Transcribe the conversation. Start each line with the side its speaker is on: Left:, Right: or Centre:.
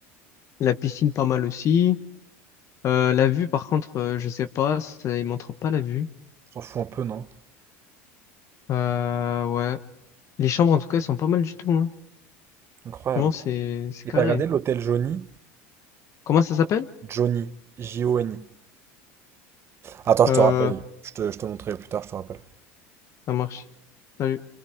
Left: La piscine, pas mal aussi. Euh, la vue, par contre, euh, je sais pas. Ça, il montre pas la vue.
Right: S'en fout un peu, non?
Left: Euh, ouais. Les chambres, en tout cas, elles sont pas mal du tout. Hein.
Right: Incroyable.
Left: Franchement, c'est c'est
Right: Et
Left: carré.
Right: t'as regardé l'hôtel Johnny?
Left: Comment ça s'appelle?
Right: Johnny. J-O-N-I. Attends, je
Left: Euh,
Right: te rappelle. Je te, je te montrerai plus tard, je te rappelle.
Left: ça marche. Salut.